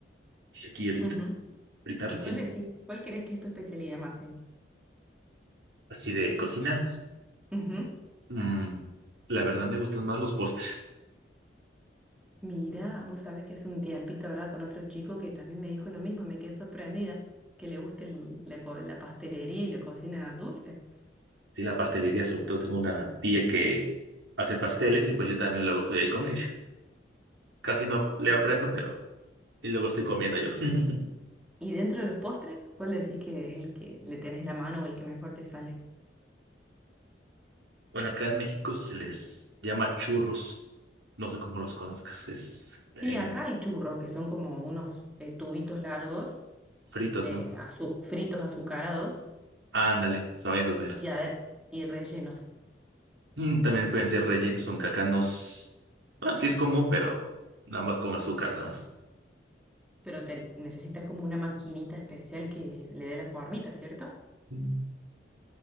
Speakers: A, on the right; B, in the centre.
A: sí, aquí ahorita,
B: Ujú.
A: ahorita recién,
B: ¿Y cuál decís? ¿Cuál crees que es tu especialidad, Martín?
A: así de cocina,
B: Ujú.
A: mm, la verdad me gustan más los postres.
B: Mira, vos sabés que hace un tiempito hablaba con otro chico que también me dijo lo mismo, me quedé sorprendida, que le gusta el- la, co- la pastelería y la cocina dulce.
A: Sí, la pastelería, sobre todo tengo una tía que hace pasteles y pues yo también luego estoy ahí con ella. Casi no le aprendo, pero y luego estoy comiendo yo. <laughs>
B: Y dentro de los postres, ¿cuál decís que es el que le tenés la mano o el que mejor te sale?
A: Bueno, acá en México se les llama churros. No sé cómo los conozcas, es
B: Sí,
A: en
B: acá hay churros, que son como unos eh, tubitos largos,
A: fritos,
B: eh,
A: ¿no?
B: azu- fritos azucarados
A: Ándale, son esos meros.
B: y, ade- y rellenos.
A: Mm, también pueden ser rellenos, son cacanos. Ah, sí es común, pero nada más con azúcar, nada más.
B: Pero te necesitas como una maquinita especial que le dé la formita, ¿cierto?
A: Mm,